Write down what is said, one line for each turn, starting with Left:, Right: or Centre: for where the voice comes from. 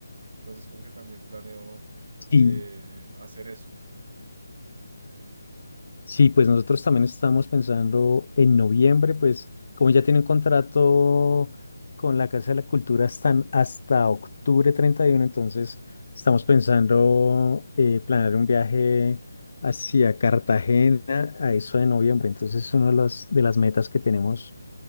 Right: Entonces como que también planeo
Left: Sí.
Right: eh, hacer eso.
Left: Sí, pues nosotros también estamos pensando en noviembre, pues como ya tiene un contrato con la Casa de la Cultura hasta, hasta octubre treinta y uno, entonces estamos pensando eh, planear un viaje hacia Cartagena a eso de noviembre. Entonces es una de las, de las metas que tenemos